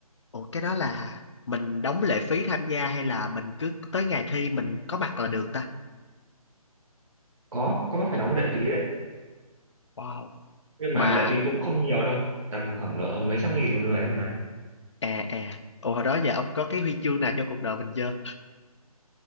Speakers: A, on the left (about 50°); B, on the right (about 55°).
A: ủa cái đó là mình đóng lệ phí tham gia hay là mình cứ tới ngày thi mình có mặt là được ta
B: có có phải đóng lệ phí đấy
A: wow
B: nhưng
A: mà
B: mà lệ phí cũng không nhiều đâu tầm khoảng độ mấy trăm nghìn một người thôi mà
A: à à ủa hồi đó giờ ông có cái huy chương nào cho cuộc đời mình chưa